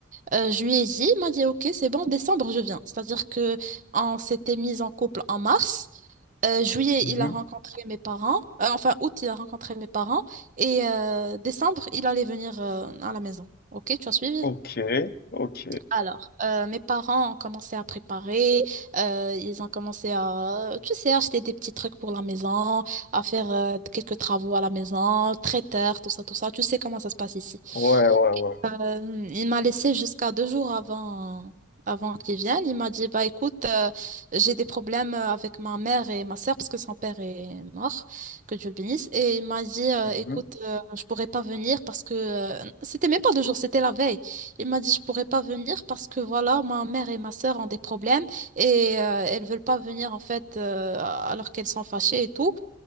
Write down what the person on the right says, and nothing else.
Euh, je lui ai dit, il m'a dit, ok, c'est bon, en décembre, je viens. C'est-à-dire que on s'était mis en couple en mars. Euh, juillet,
il a rencontré mes parents. Euh, enfin, août, il a rencontré mes parents. Et euh, décembre, il allait venir euh, à la maison. Ok, tu as suivi?
Alors, euh, mes parents ont commencé à préparer, euh, ils ont commencé à, tu sais, acheter des petits trucs pour la maison, à faire euh, quelques travaux à la maison, traiteur, tout ça, tout ça. Tu sais comment ça se passe ici.
Euh, il m'a laissé jusqu'à deux jours avant, avant qu'il vienne. Il m'a dit, bah écoute, euh, j'ai des problèmes euh, avec ma mère et ma sœur parce que son père est mort, que Dieu le bénisse. Et il m'a dit, euh,
écoute, euh, je pourrais pas venir parce que euh, c'était même pas deux jours, c'était la veille. Il m'a dit, je pourrais pas venir parce que voilà, ma mère et ma sœur ont des problèmes et euh, elles veulent pas venir en fait euh, alors qu'elles sont fâchées et tout.